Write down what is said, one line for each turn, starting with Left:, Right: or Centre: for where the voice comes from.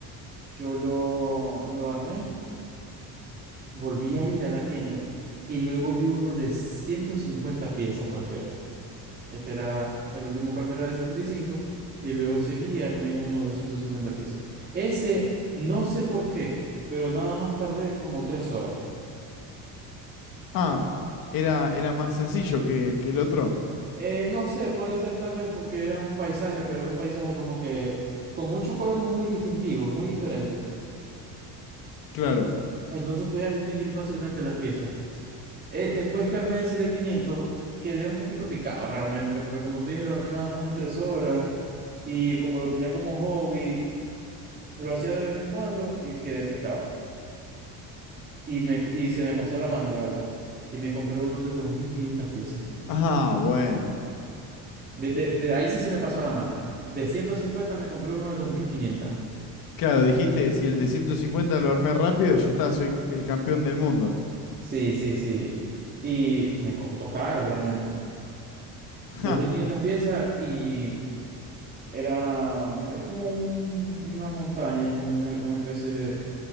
Right: Yo lo, lo armé, volví a ir a la tienda y luego vi uno de 150 piezas, creo que era. Este era el último que armé era de setenta y cinco y luego seguí y armé uno de 150 piezas. Ese, no sé por qué, pero nada más tardé como tres horas.
Left: Ah, era, era más sencillo que, que el otro.
Right: Eh, no sé, puede ser tal vez porque era un paisaje, pero era un paisaje como que con muchos colores muy distintivos, muy diferentes.
Left: Claro.
Right: Entonces podías distinguir fácilmente las piezas. Eh, después que armé ese de 500 quedé un poquito picado realmente, porque como te dije, lo armé nada más en tres horas y como lo tenía como hobby, lo hacía de vez en cuando y quedé picado. Y, me, y se me pasó la mano, la verdad. Y me compré uno de dos mil quinientas piezas.
Left: Ah, bueno.
Right: De, de, de ahí sí se me pasó la mano. De 150 me compré uno de dos mil quinientas
Left: Claro, dijiste, si el de 150 lo armé rápido, ya está, soy el campeón del mundo.
Right: Sí, sí, sí. Y me costó caro realmente. dos
Left: Ja,
Right: mil quinientas piezas y era, no, es como un- una montaña, es como una, una especie de